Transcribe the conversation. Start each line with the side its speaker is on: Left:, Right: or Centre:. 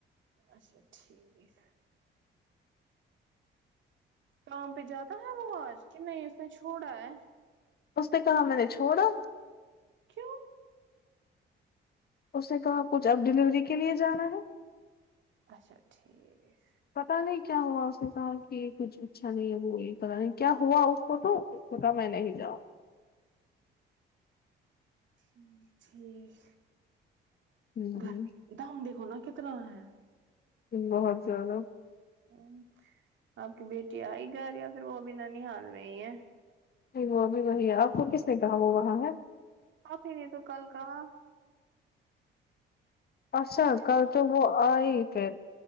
Right: اچھا ٹھیک ہے کام پہ جاتا ہے وہ آج کہ نہیں اس نے چھوڑا ہے
Left: اس نے کہا میں نے چھوڑا
Right: کیوں
Left: اس نے کہا کچھ اب ڈیلیوری کے لیے جانا ہے
Right: اچھا ٹھیک
Left: پتا نہیں کیا ہوا اس نے کہا کہ کچھ اچھا نہیں ہے وہ وہی پہ نہیں کیا ہوا اس کو تو کو کھا میں نہیں جاؤں
Right: ٹھیک ٹھیک
Left: ہوں
Right: گھر دام دیکھو نا کتنا ہے
Left: بہت زیادہ
Right: ہ آپ کی بیٹی آئی گا یا پھر وہ بھی نانیہ حال میںی ہے
Left: نہیں وہ ابھی وہی ہے آپ کو کس نے کہا وہاں ہے وہ وہا ہے
Right: آپ ہی نے تو کل کاہا
Left: اچسا
Right: آپ کی۔
Left: کل تو وہ آئی پھر